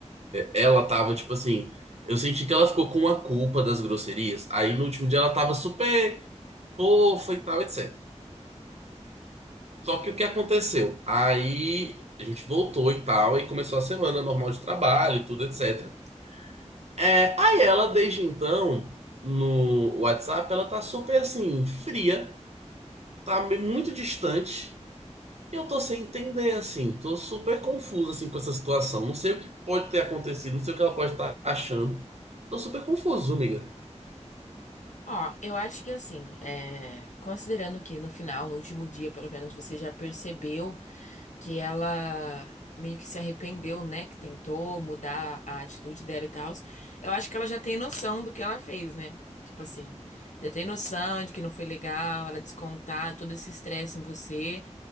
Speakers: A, on the right; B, on the left.
A: Ela tava, tipo assim, eu senti que ela ficou com a culpa das grosserias. Aí no último dia ela tava super fofa e tal, etc. Só que o que aconteceu? Aí a gente voltou e tal, e começou a semana normal de trabalho, e tudo, etc. É, aí ela, desde então, no WhatsApp, ela tá super assim, fria, tá me- muito distante. E eu tô sem entender, assim, tô super confuso, assim, com essa situação. Não sei o que pode ter acontecido, não sei o que ela pode estar achando. Tô super confuso, amiga.
B: Ó, eu acho que assim, é, considerando que no final, no último dia, pelo menos você já percebeu. que ela meio que se arrependeu, né? Que tentou mudar a atitude dela e tal. Eu acho que ela já tem noção do que ela fez, né? Tipo assim, já tem noção de que não foi legal, ela descontar todo esse estresse em você.